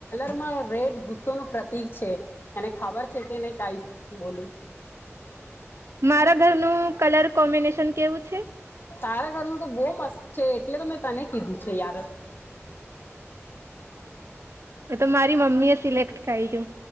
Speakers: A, on the left; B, on the right.
A: રેડ ગુસ્સો નું પ્રતિક છે એને ખબર છે કે નને કઈ બોલું
B: મારા ઘરનું કલર કોમ્બિનેશન કેવું છે.
A: તારા ઘરનું તો બહુ મસ્ત છે એટલે તો મેં તને કીધું છે યાર
B: એ તો મારી મમ્મી એ સિલેક્ટ કરાઈું.